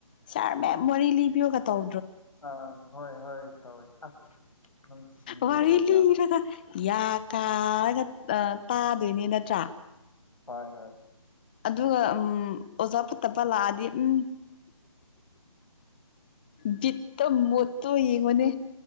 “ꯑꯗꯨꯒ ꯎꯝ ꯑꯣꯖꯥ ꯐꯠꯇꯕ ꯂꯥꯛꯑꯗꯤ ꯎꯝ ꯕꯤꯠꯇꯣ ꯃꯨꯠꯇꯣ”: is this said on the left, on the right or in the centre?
Left